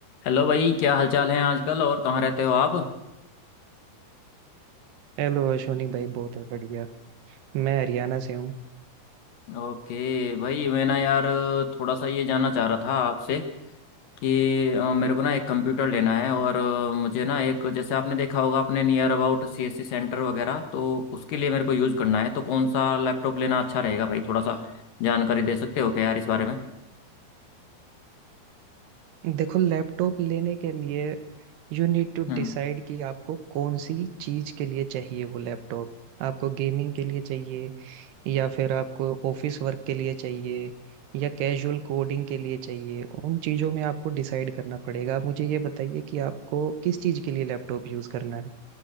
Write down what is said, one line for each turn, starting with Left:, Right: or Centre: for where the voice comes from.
Left: Hello भाई क्या हालचाल है आजकल और कहाँ रहते हो आप
Right: Hello Ashwani भाई बहुत बढ़िया मैं हरियाणा से हूँ
Left: ओके भाई मैं ना यार थोड़ा सा ये जानना चाह रहा था आपसे कि अ, मेरे को ना एक कंप्यूटर लेना है और अ, मुझे ना एक जैसे आपने देखा होगा अपने नियर अबाउट सीएससी सेंटर वगैरह तो उसके लिए मेरे को यूज़ करना है तो कौन सा लैपटॉप लेना अच्छा रहेगा भाई थोड़ा सा जानकारी दे सकते हो क्या यार इस बारे में
Right: देखो लैपटॉप लेने के लिए यू नीड टू
Left: हम्म
Right: डिसाइड कि आपको कौन सी चीज के लिए चाहिए वो लैपटॉप आपको गेमिंग के लिए चाहिए या फिर आपको ऑफिस वर्क के लिए चाहिए या कैजुअल कोडिंग के लिए चाहिए उन चीजों में आपको डिसाइड करना पड़ेगा आप मुझे ये बताइए कि आपको किस चीज के लिए लैपटॉप यूज करना है